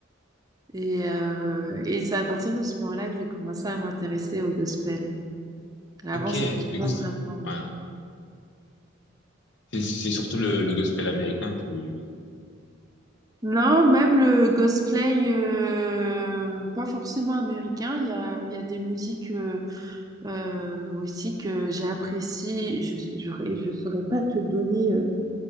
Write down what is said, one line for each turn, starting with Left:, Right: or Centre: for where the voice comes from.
Right: Et, euh, et c'est à partir de ce moment-là que j'ai commencé à m'intéresser au gospel. Avant,
Left: Ok,
Right: c'était
Left: le
Right: pas
Left: gos-
Right: vraiment.
Left: ouais. C'est c'est surtout le, le gospel américain, du coup, j'imagine.
Right: Non, même le cosplay, euh, pas forcément américain, il y a, il y a des musiques euh, euh, aussi que j'apprécie. Je j'aurais- je saurais pas te donner euh,